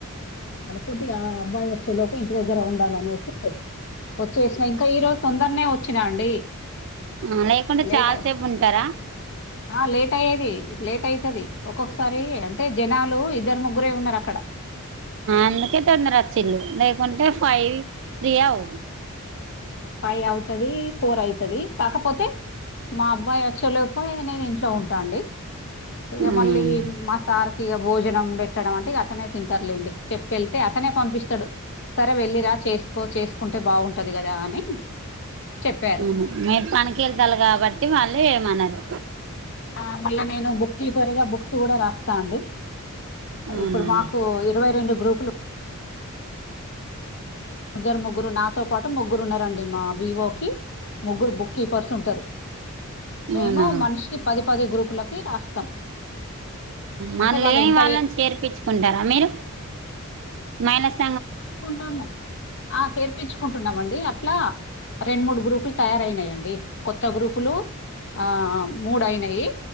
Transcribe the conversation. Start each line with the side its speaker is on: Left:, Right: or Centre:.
Left: ళల పూట్ గా అబ్బాయి వచ్చే. లోపు ఇంటి దగ్గర ఉండాలనేసి వచ్చేసినా ఇంకా ఈ రోజు తొందరనే వచ్చినా అండి
Right: మ్ లేకుంటే
Left: లేట్
Right: చాలా సేపు ఉంటారా
Left: ఆ లేట్ అయ్యేది లేట్ అయితది ఒక్కొక్కసారి అంటే జనాలు ఇద్దరు ముగ్గురే ఉన్నారు అక్కడ
Right: అందుకే తొందర అచ్చిల్లు లేకుంటే ఫైవ్ త్రీ అవు
Left: ఫైవ్ అవుతది ఫోర్ అయితది కాకపోతే మా అబ్బాయి వచ్చేలోపు నేను ఇంట్లో ఉంటాండి ఇక
Right: అవునండి
Left: మళ్ళీ మా సార్కి ఇక భోజనం పెట్టడం అంటే అతనే తింటారులేండి చెప్పె ఎళ్ అతనే పంపిస్తాడు సరే వెళ్ళరా చేసుకో చేసుకుంటే బావుంటది కదా అని చెప్పారు
Right: అవును మీరు పనికి ఎళ్తారు కాబట్టి వాళ్ళు ఏమనరు
Left: ఆ మళ్ళ నేను బుక్కిిఫర్ గా బుక్స్ ఇప్పుడు కూడా రాస్తాండి
Right: అవునా
Left: ఇప్పుడు మాకు ఇరవైరెండు గ్రూపులు ఇద్దరు ముగ్గురు నాతో పాటు ముగ్గురు ఉన్నారండి మా వీవో కి ముగ్గురు బుక్కీపర్సుంటారు మేము
Right: అవునా
Left: మనిషికి పది పది గ్రూపులకి రాస్తాం
Right: మరి
Left: అంటే వాళ్ళు
Right: లేని
Left: ఎంత
Right: వాళ్ళని చేర్పించుకుంటారా మీరు మైనస్
Left: కుంటాము ఆ చేర్పించుకుంటున్నామండి అట్లా రెండు మూడు గ్రూపులు తయారయినాయిండి కొత్త గ్రూపులు ఆ మూడు అయినాయి